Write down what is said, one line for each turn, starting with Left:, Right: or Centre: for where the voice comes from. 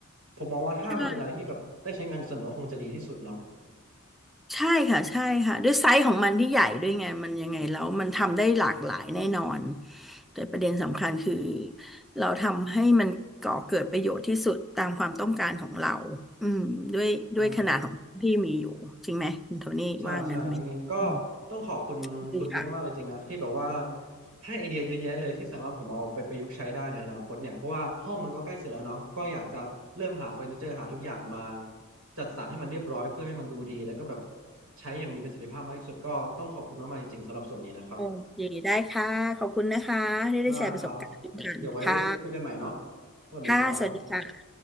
Right: ผมมองว่าถ้ามันเป็นอะไรที่แบบได้ใช้งานเสมอคงจะดีที่สุดเนาะ
Centre: ใช่ ใช่ค่ะใช่ค่ะด้วยไซส์ของมันที่ใหญ่ด้วยไงมันยังไงแล้วมันทำได้หลากหลายแน่นอนแต่ประเด็นสำคัญคือเราทำให้มันก่อเกิดประโยชน์ที่สุดตามความต้องการของเราอืมด้วยด้วยขนาดของที่มีอยู่จริงไหมคุณโทนี่ว่างั้นไหมอืม
Right: อ่าใช่ใช่อย่างนี้ก็ต้องขอบคุณคุณปิ๊งมากๆเลยจริงนะที่แบบว่า
Centre: ใชค่ะ
Right: ให้ไอเดียเยอะแยะเลยที่สามารถผมเอาไปประยุกต์ใช้ได้ในอนาคตเนี่ยเพราะว่าห้องมันก็ใกล้เสร็จแล้วเนาะก็อยากจะเริ่มหาเฟอร์นิเจอร์หาทุกอย่างมาจัดสรรให้มันเรียบร้อยเพื่อให้มันดูดีแล้วก็แบบใช้อย่างมีประสิทธิภาพมากที่สุดก็ต้องขอบคุณมากๆจริงๆสำหรับส่วนนี้นะครับ
Centre: โอเคได้ค่ะขอบคุณนะคะที่ได้แชร์ประสบการณ์กันค่ะ
Right: ได้ครับเดี๋ยวไว้คุยกันใหม่เนาะสวัสดีครับ
Centre: ค่ะสวัสดีค่ะ